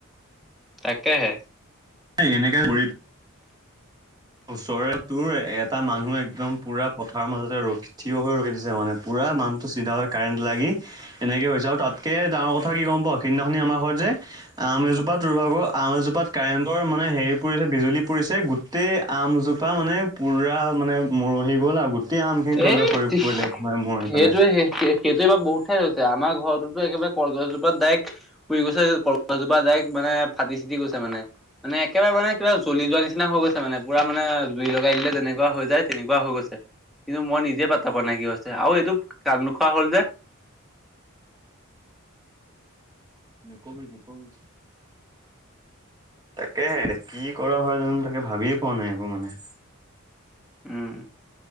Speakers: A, in the centre; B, on the right.
A: তাকেহে।
B: এনেকা কৰি ওচৰে তোৰ এটা মানুহ একদম পুৰা পথাৰ মাজতে ৰখি থিয় হৈ ৰৈ দিছে মানে পুৰা পুৰা মানুহটো চিধা হৈ কাৰেণ্ট লাগি এনেকে হৈছে আৰু তাতকে ডাঙৰ কথা কি গ'ম পাওঁ সেইদিনাখনি আমাৰ ঘৰত যে আম এজোপাত তোৰ ভাগৰ আম এজোপাত কাৰেণ্টৰ মানে হেৰী পৰিছে বিজুলী পৰিছে গোটেই আমজোপা মানে পুৰা মানে মৰহি গ'ল আৰু গোটেই আমখিনি তললে
A: এ
B: সৰি
A: সে
B: পৰিলে মৰহি
A: সেইটোৱে
B: পেলাই।
A: কে কেতিয়াবা বহুত ঠাইত হৈছে আমাৰ ঘৰত টোতো একেবাৰে কলগছজোপাত ডাইৰেক্ট পুৰি গৈছে কলগছজোপা ডাইৰেক্ট মানে ফাটি চিটি গৈছে মানে মানে একেবাৰে মানে কিবা জ্বলি যোৱা নিচিনা হৈ গৈছে মানে পুৰা মানে জুই লগাই দিলে যেনেকুৱা হৈ যায় তেনেকুৱা হৈ গৈছে। কিন্তু মই নিজে পাতা পোৱা নাই কি হৈছে? আৰু এইটো কাট নোখোৱা হ'ল যে?
B: নকবি নকবি। তাকেহে কি কৰা হয় জানো তাকে ভাবিয়ে পোৱা নাই একো মানে।
A: উম